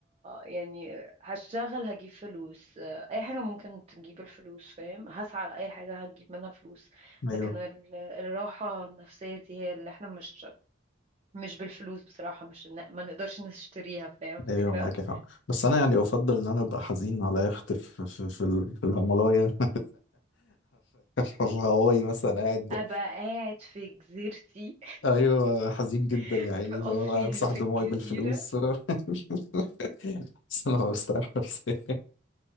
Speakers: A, on the right; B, on the left.
A: يعني هشتغل هجيب فلوس آه، اي حاجة ممكن تجيب الفلوس فاهم هسعى لأي حاجة هتجيب منها فلوس
B: ايوه
A: لكن ال- الراحة النفسية دي هي اللي احنا مش مش بالفلوس بصراحة مش إن- ما نقدرش نشتريها فاهم الفكرة
B: ايوه معاكي حق بس انا يعني افضل ان انا ابقى حزين على يخت في في في, ال- في الهيمالايا <laughs> في الهواي مثلا قاعد
A: ابقى قاعد في جزيرتي
B: ايوه حزين جدا
A: <laughs>
B: يا عيني
A: في قصري
B: فاهم امسح
A: اللي في
B: دموعي
A: الجزيرة
B: بالفلوس <laughs> بس انا بستريح نفسيا